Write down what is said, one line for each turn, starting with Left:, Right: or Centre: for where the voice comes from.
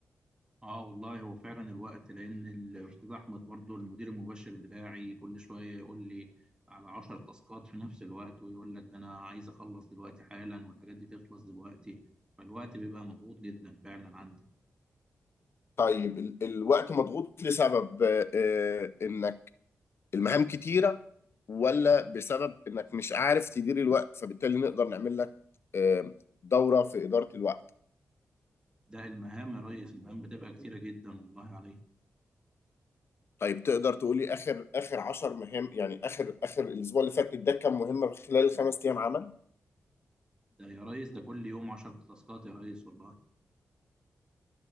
Right: اه والله هو فعلا الوقت لان الاستاذ احمد برضه المدير المباشر بتاعي كل شوية يقول لي على 10 تاسكات في نفس الوقت ويقول لك ده انا عايز اخلص دلوقتي حالا والحاجات دي تخلص دلوقتي فالوقت بيبقى مضغوط جدا فعلا عندي
Left: طيب ال- الوقت مضغوط لسبب آه، انك المهام كتيره ولا بسبب انك مش عارف تدير الوقت فبالتالي نقدر نعمل لك آه، دورة في إدارة الوقت
Right: ده المهام يا ريس المهام بتبقى كتيرة جدا والله عليك
Left: طيب تقدر تقولي اخر اخر 10 مهام يعني اخر اخر الاسبوع اللي فات ده كام مهمه في خلال الخمس ايام عمل؟
Right: ده يا ريس ده كل يوم 10 تاسكات يا ريس والله